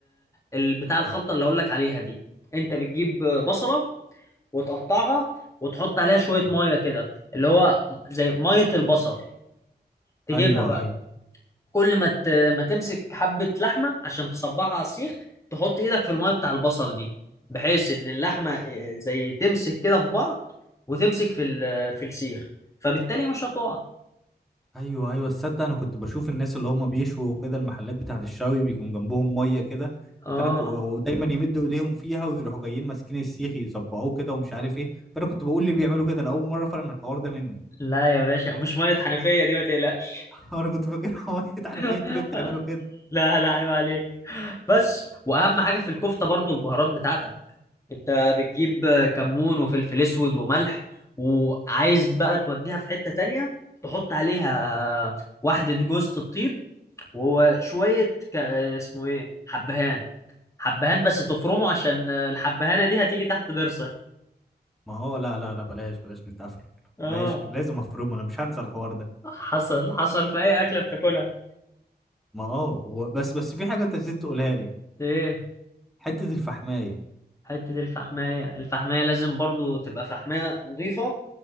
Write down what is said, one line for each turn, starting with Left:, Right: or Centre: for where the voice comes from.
Left: ال- بتاع الخلطه اللي اقول لك عليها دي انت بتجيب بصله وتقطعها وتحط عليها شويه
Centre: اه
Left: ميه كده اللي هو زي ميه البصل تجيبها
Centre: ايوه ايوه
Left: كل ما ت... ما تمسك حبة لحمة عشان تصبعها على السيخ تحط ايدك في المية بتاع البصل دي بحيث ان اللحمة آه، زي تمسك كده في بعض وتمسك في ال... في السيخ فبالتالي مش هتقع
Centre: ايوه ايوه تصدق انا كنت بشوف الناس اللي هم بيشوا وكده المحلات بتاعت الشوي بيكون جنبهم ميه كده
Left: اه
Centre: فانا ك... ودايما يمدوا ايديهم فيها ويروحوا جايين ماسكين السيخ يصبعوه كده ومش عارف ايه فانا كنت بقول ليه بيعملوا كده انا اول مره افهم الحوار ده منك
Left: لا يا باشا مش مية حنفية دي ما تقلقش
Centre: <laughs> انا كنت فاكرها ميه <laughs> عارف
Left: <laughs>
Centre: ايه انتوا ليه بتعملوا كده
Left: لا لا عيب عليك بس واهم حاجة في الكفتة برضو البهارات بتاعتك انت بتجيب كمون وفلفل اسود وملح وعايز بقى توديها في حتة تانية تحط عليها
Centre: مم.
Left: واحدة جوزة الطيب وهو شوية ك... اسمه ايه حبهان حبهان بس تفرمه عشان الحبهانة دي هتيجي تحت ضرسك
Centre: ما اه لا لا لا بلاش بلاش نتقفل والله.
Left: اه
Centre: ماشي لازم افرمه انا مش هنسى الحوار ده
Left: حصل حصل في اي اكلة بتاكلها
Centre: ما اه و... بس بس في حاجه انت نسيت تقولها لي
Left: ايه
Centre: حته الفحمايه
Left: حتة الفحماية الفحماية لازم برضو تبقى فحماية نظيفة